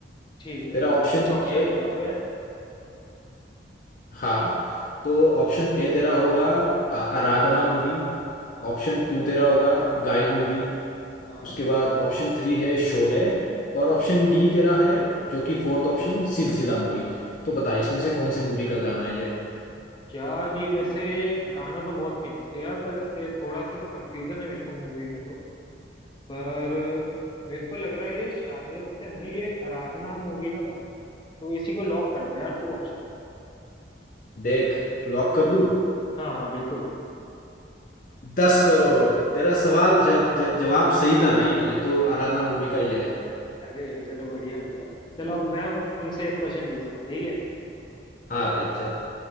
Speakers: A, on the left; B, on the left.
A: ठीक है
B: तेरा
A: ठीक
B: ऑप्शन
A: है कुछ ऑप्शन
B: ए
A: बता दो यार
B: हाँ तो ऑप्शन ए तेरा होगा आ, आराधना मूवी
A: हाँ
B: ऑप्शन टू तेरा होगा गाइड मूवी
A: हाँ
B: उसके बाद ऑप्शन थ्री है शोले और ऑप्शन
A: हाँ
B: डी तेरा है जो कि फोर्थ ऑप्शन सिलसिला मूवी तो बता इसमें से कौन सी मूवी का गाना है ये
A: यार ये वैसे गाना तो बहुत फेमस है यार पर इससे थोड़ा सा तो कंफ्यूजन है मेरे को मूवी में तो पर मेरे को लग रहा है ये शायद से ना ये आराधना मूवी का गाना तो इसी को लॉक कर दे यार तू ऑप्शन
B: देख लॉक कर दूं
A: हाँ हाँ बिल्कुल
B: दस करोड़ तेरा सवाल जब ज- जवाब सही था भाई ये तो आराधना मूवी का ही है
A: अरे चलो बढ़िया बढ़िया चलो अब मैं तुमसे एक क्वेश्चन पूछता हूँ ठीक है
B: हाँ भाई चल